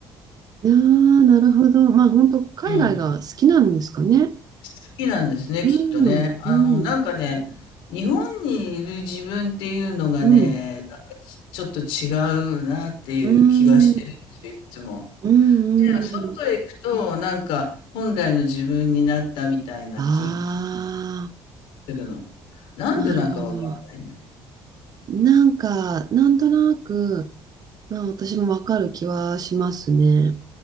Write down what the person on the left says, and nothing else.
うん。好きなんですね、
きっとね。あの、
なんかね、日本にいる自分っていうのがね、
なんかちちょっと違うなっていう気がしてるんですよ、
いつも。
で、
外へ行くと、なんか本来の自分になったみたいな気が
するの。なんでなんかわからないんだけど。